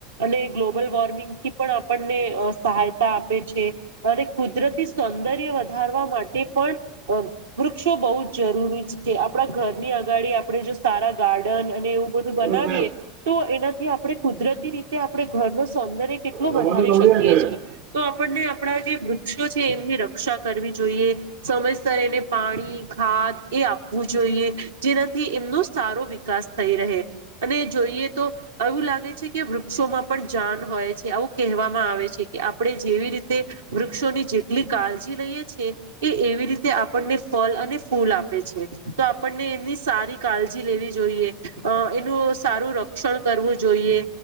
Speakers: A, on the right (about 85°); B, on the right (about 60°).
A: અને ગ્લોબલ વોર્મિંગ થી પણ આપણને ને સહાયતા આપે છે અને કુદરતી સૌંદર્ય વધારવા માટે પણ વૃક્ષો બહુ જ જરૂરી છે આપણા ઘરની અગાડી આપણે જો સારા ગાર્ડન બધું બનાવીએ
B: બોલો સાહેબ
A: તો એનાથી આપણે કુદરતી રીતે આપ ઘર ન સૌંદર્ય કેટલો
B: તમારું
A: વધારી
B: દોડ્યા
A: શકીએ
B: કરે
A: છે તો આપણને આપણા જે વૃક્ષો છે એમની રક્ષા કરવી જોઈએ સમયસર એને પાણી ખાદ એ આપવું જોઈએ જેનાથી એમનો સારો વિકાસ થઈ રહે અને જોઈએ તો એવું લાગે છે કે વૃક્ષોમાં પણ જાન હોય છે આવું ક આવે છે કે આપણે જેવી રીતે વૃક્ષોની જેટલી કાળજી લઈએ છીએ એ એવી રીતે રતે આપણને ફલ અને ફૂલ આપે છે તો આપણને એની સારી કાળજી લેવી જોઈએ અ એનું સારું રક્ષણ કરવું જોઈએ